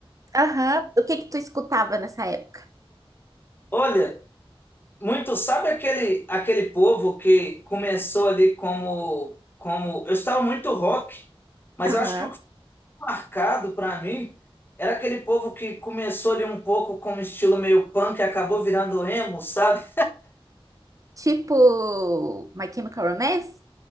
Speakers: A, on the right; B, on the left.
A: Aham. O que que tu escutava nessa época?
B: Olha, muito sabe aquele aquele povo que começou ali como como eu estava muito rock, mas
A: Aham.
B: eu acho que o que foi marcado para mim era aquele povo que começou ali um pouco com um estilo meio punk e acabou virando emo, sabe
A: Tipo My Chemical Romance?